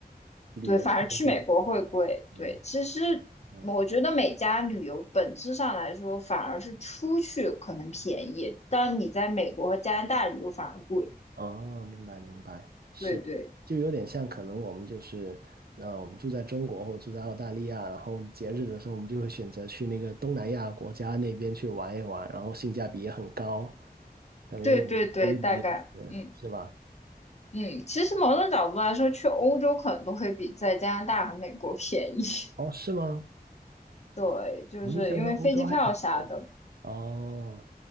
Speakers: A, on the right; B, on the left.
A: 旅游胜地，
B: 对，反而去美国会贵。
A: 嗯
B: 对，其实我觉得每家旅游本质上来说，
A: 嗯，
B: 反而是出去可能便宜，但你在美国和加拿大旅游反而贵。
A: 哦，明白明白，是，
B: 对对
A: 就有点像可能我们就是，呃，我们住在中国或住在澳大利亚，然后节日的时候我们就会选择去那个东南亚国家那边去玩一玩，然后性价比也很高，可能有点有点类似，
B: 对对对，大概嗯
A: 是吧？
B: 嗯，其实某种角度来说，去欧洲可能都会比在加拿大和美国便宜。<laughs>
A: 哦，是吗？
B: 对，就是因为飞机票啥的，
A: 我印象中欧洲还挺多的。哦，